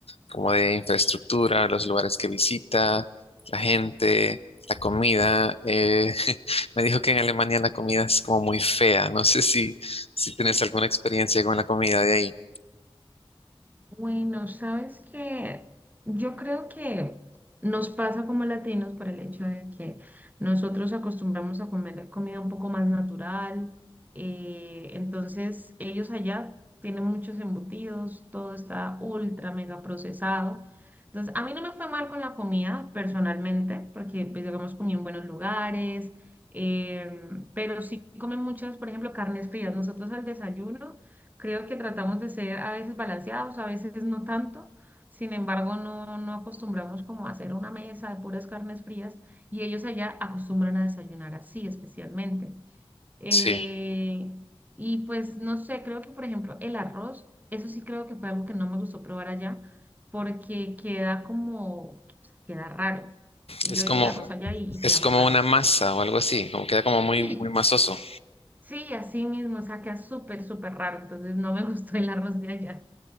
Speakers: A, on the left (about 80°); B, on the right (about 15°).
A: como de infraestructura, los lugares que visita, la gente, la comida. Eh, <laughs> me dijo que en Alemania la comida es como muy fea. No sé si, si tienes alguna experiencia con la comida de ahí.
B: Bueno, sabes que yo creo que nos pasa como latinos por el hecho de que nosotros acostumbramos a comer comida un poco más natural, eh, entonces ellos allá tienen muchos embutidos, todo está ultra mega procesado. Entonces, a mí no me fue mal con la comida personalmente, porque pues digamos comí en buenos lugares, em, pero sí comen muchas, por ejemplo, carnes frías. Nosotros al desayuno. Creo que tratamos de ser a veces balanceados, a veces no tanto. Sin embargo, no, no acostumbramos como a hacer una mesa de puras carnes frías y ellos allá acostumbran a desayunar así especialmente. Eh,
A: Sí, Sí,
B: y pues no sé, creo que por ejemplo el arroz, eso sí creo que fue algo que no me gustó probar allá porque queda como, queda raro. Y
A: es
B: Yo
A: como...
B: hice arroz allá y, y
A: Es
B: queda
A: como
B: muy raro.
A: una masa o algo así, como queda como muy,
B: Sí,
A: muy masoso.
B: sí, así mismo, o sea, queda súper, súper raro. Entonces no me <laughs> gustó el arroz de allá.